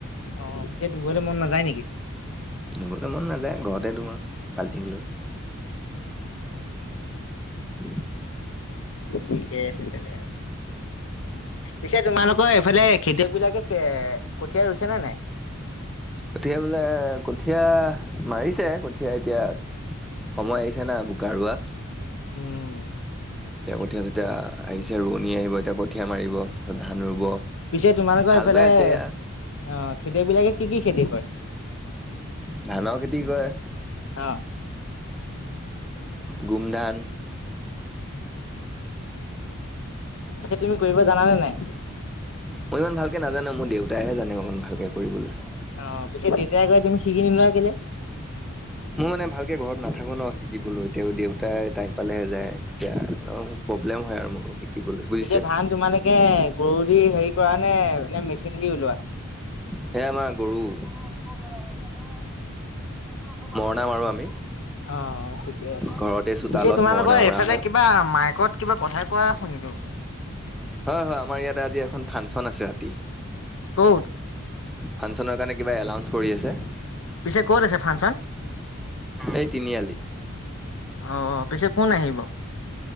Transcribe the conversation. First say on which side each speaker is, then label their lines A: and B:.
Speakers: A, on the left; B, in the centre.
A: অ পিছে ধুবলৈ মন নাযায় নেকি।
B: ধুবলে মন নাযায় ঘৰতে ধুও আৰু বাল্টিং লৈ <unintelligible>
A: ঠিকেই আছে তেনে। পিছে তোমালোকৰ এইফালে খেতিয়ক বিলাকে কঠিয়া ৰুইছে নে নাই?
B: কঠীয়া বোলে কঠীয়া মাৰিছে কঠীয়া এতিয়া সময় আহি। ছে না বোকা ৰুৱা
A: উম,
B: এতিয়া কঠীয়া যেতিয়া আহিছে ৰোৱনী আহিব এতিয়া। কঠিয়া মাৰিব তাৰপিছত ধান ৰুব
A: পিছে তোমালোকৰ
B: হাল
A: এইফালে
B: বাই আছে এয়া
A: অ' খেতিয়ক বিলাকে কি কি খেতি কৰে
B: ধানৰ খেতি কৰে
A: অহ
B: গুমধান
A: স তুমি কৰিব জানানে নাই
B: মই ইমান ভালকৈ নাজনো মোৰ দেউতাই হে জানে অকণমান ভালকে কৰিবলৈ
A: অ পিছে যেতিয়া গৈ তুমি শিকি নোলোৱা কেলে
B: মই মানে ভালকে ঘৰত নাথাকো ন শিকিবলৈ এতিয়াও দেউতাই টাইম পালেহে যায় তেতিয়া প্ৰব্লেম হয় আৰু মোৰো শিকিবলৈ বুজিছে
A: পিছে ধান তোমালোকে গৰু দি হেৰি কৰা নে মেচিন দি উলোৱা
B: সেই আমাৰ গৰু মৰণা মাৰো আমি
A: অ ঠিকেই আছে
B: ঘৰতে চোতালত
A: পিছে তোমালোকৰ
B: মৰণা মৰা
A: এইফালে
B: হয়
A: কিবা মাইকত কিবা কথাই কোৱাই শুনিলো
B: হয় হয় আমাৰ ইয়াতে আজি এখন ফাংচন আছে ৰাতি
A: কত
B: ফাংচনৰ কাৰণে কিবা এলাউঞ্চ কৰি আছে
A: পিছে ক'ত আছে ফাংচন
B: এই তিনিআলিত
A: আহ পিছে কোন আহিব